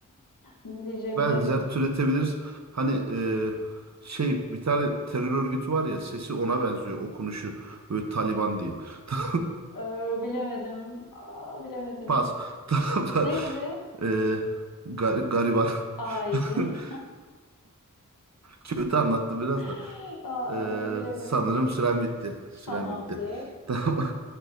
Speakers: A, on the left; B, on the right.
A: Ne diyeceğimi
B: benzer
A: bilemedim.
B: türetebiliriz. Hani e, şey bir tane terör örgütü var ya sesi ona benziyor okunuşu böyle Taliban diye. <laughs>
A: Ee, bilemedim. Aa, bilemedim.
B: Pas. Tamam.
A: Neydi?
B: Ee, gar- gariban.
A: Ay
B: <laughs>
A: bilemedim.
B: Kötü anlattı
A: <laughs>
B: biraz da.
A: Ay,
B: Ee,
A: bilemedim.
B: sanırım süren bitti. Süren
A: Tamamdır.
B: bitti. <laughs> Tamam.